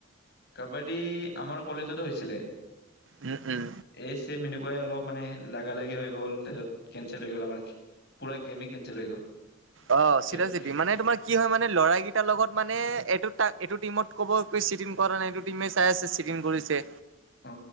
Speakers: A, on the left; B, on the right.
A: কাবাদী আমাৰ কলেজতো হৈছিলে
B: উম উম
A: এই চেম এনেকোৱাই অলপ মানে লাগা লাগি হৈ গ'ল তাৰপিছত কেনচেল হৈ গ'ল আমাৰ পুৰা গেমে কেঞ্চেল হৈ গ'ল
B: অ চিদাচিদি
A: সেই সেই
B: মানে তোমাৰ কি হয় মানে ল'ৰা কেইটাৰ লগত মানে এইটো টা এইটো টিমত ক'ব কৈ চিটিং কৰা নাই টিমে চাই আছে চিটিং কৰিছে
A: অ